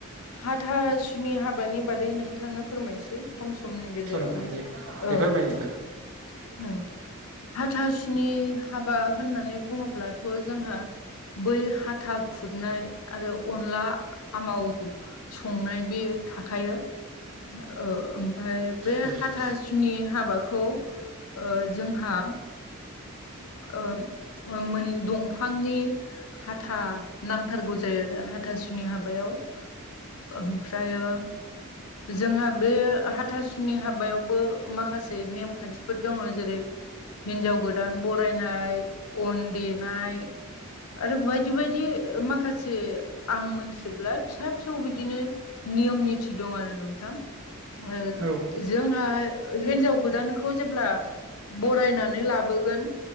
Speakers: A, on the left; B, on the right.
A: हाथासुनि हाबानि बादै नोंथांनो फोरमायसै खम समनि गेजेरावनो।
B: औ नोंथां दे
A: औ
B: दे फोरमाय
A: नोंथां
B: नोंथां
A: औ हाथासुनि हाबा होननानै बुङोब्लाथ' जोंहा बै हाथा खुरनाय आरो अनला आमाव संनाय बे थाखायो ओ ओमफफ्राय बे
B: औ नोंथां
A: हाथासुनि हाबाखौ ओ जोंहा ओ मोन दंफांनि हाथा नांथारगौ जायो आरो हाथ सुनि हाबायाव ओमफ्रायो जोंहा बे हाथासुनि हाबायावबो माखासे नेम खान्थिफोर दङ जेरै हिनजाव गोदान बरायनाय, अन देनाय आरो बायदि बायदि माखासे आं मोनथिजोबला फिसा फिसौ बिदिनो नियम निथि दं आरो नोंथां ओ
B: औ
A: जोंहा हिन्जाव गोदानखौ जेब्ला बरायनानै लाबो गोन